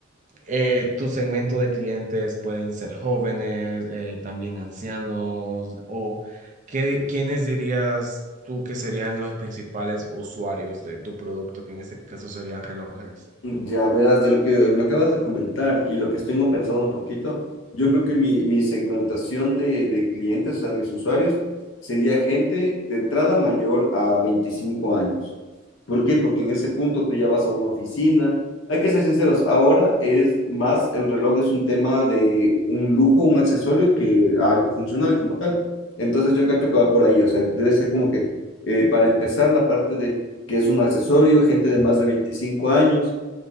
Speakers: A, on the right; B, on the left.
A: eh, tu segmento de clientes pueden ser jóvenes, eh, también ancianos, o qué, ¿quiénes dirías tú que serían los principales usuarios de tu producto, que en este caso serían relojes?
B: Ya verás, de lo que me acabas de comentar y lo que tengo pensado un poquito, yo creo que mi, mi segmentación de, de clientes, o sea, mis usuarios, sería gente de entrada mayor a 25 años. ¿Por qué? Porque en ese punto tú ya vas a una oficina. Hay que ser sinceros, ahora es más, el reloj es un tema de un lujo, un accesorio que algo funcional como tal. Entonces yo cacho que va por ahí, o sea, debe ser como que eh, para empezar la parte de que es un accesorio, gente de más de 25 años